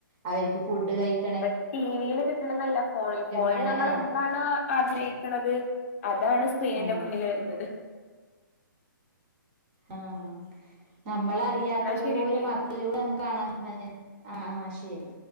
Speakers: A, on the right (about 30°); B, on the left (about 40°).
A: അവർക്ക് ഫുഡ് കഴിക്ക
B: ഇപ്പ ടിവിൽ കിട്ടണതല്ല ഫോണില് ഫോണിൽ
A: വേണം
B: നമ്മളെന്താണോ
A: ഏഹ്
B: ആഗ്രഹിക്കണുന്നത് അതാണ് സ്ക്രീനിന്റെ
A: ആഹ്
B: മുന്നിൽ വരുന്നത്
A: ആഹ് നമ്മളറിയാത്തത്
B: എന്നാ ശരിട്ടില്ലേ
A: പോലും മ ക്ക് ഇതിലൂടെ നമ്മുക്ക് കാണാൻ പറ്റണേ ആ ആ ശരി